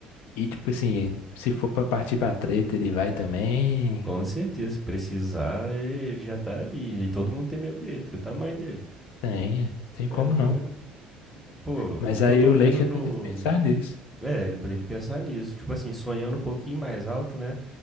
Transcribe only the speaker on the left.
E tipo assim, se for pra partir pra treta, ele vai também.
Tem, tem
como
não.
Mas
aí
o
Lakers
vai ter que pensar nisso.